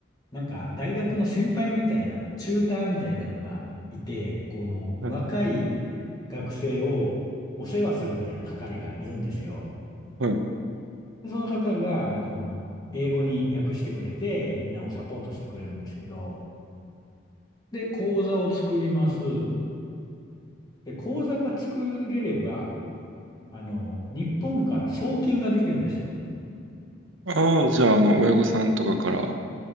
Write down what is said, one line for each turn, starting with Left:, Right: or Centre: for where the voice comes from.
Left: なんか、大学の先輩みたいな、チューターみたいなのがいて、この若い
Right: はい、
Left: 学生をお世話するみたいな係がいるんですよ。
Right: はい。
Left: で、その方が、あの、英語に訳してくれて、みんなをサポートしてくれるんですけど、で、講座を作ります。で、講座が作れれば、あの、日本から送金ができるんですよ。
Right: ああ、じゃあ、あの、親御さんとかから、